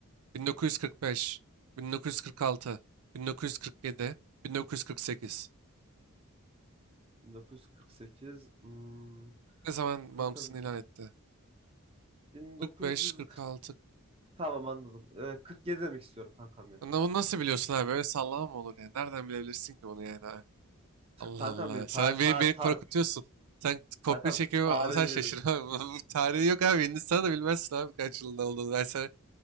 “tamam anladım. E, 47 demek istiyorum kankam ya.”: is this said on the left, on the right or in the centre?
Right